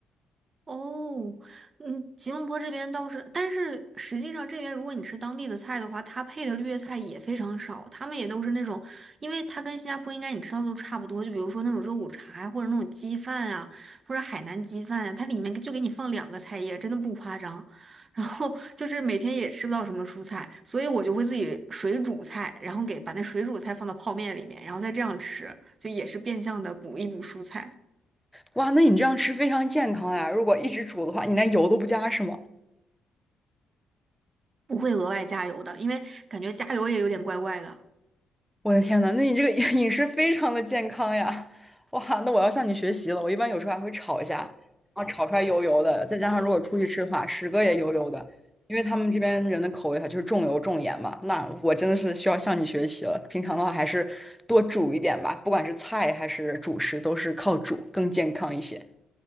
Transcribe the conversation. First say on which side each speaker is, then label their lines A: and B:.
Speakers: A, on the right; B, in the centre.
A: 哦，嗯，吉隆坡这边倒是，但是实际上这边如果你吃当地的菜的话，它配的绿叶菜也非常少，他们也都是那种，因为它跟新加坡应该你吃到的都差不多，就比如说那种肉骨茶呀，或者那种鸡饭呀，或者海南鸡饭呀，它里面就给你放两个菜叶，真的不夸张。然后就是每天也吃不到什么蔬菜，所以我就会自己水煮菜，然后给把那水煮菜放到泡面里面，然后再这样吃，就也是变相的补一补蔬菜。
B: 哇，那你这样吃非常健康呀！如果一直煮的话，你连油都不加是吗？
A: 不会额外加油的，因为感觉加油也有点怪怪的。
B: 我的天呐，那你这个 <laughs> 饮饮食非常的健康呀！哇，那我要向你学习了。我一般有时候还会炒一下，然后炒出来油油的，再加上如果出去吃的话，十个也油油的，因为他们这边人的口味它就是重油重盐嘛。那我真的是需要向你学习了。平常的话还是多煮一点吧，不管是菜还是主食，都是靠煮更健康一些。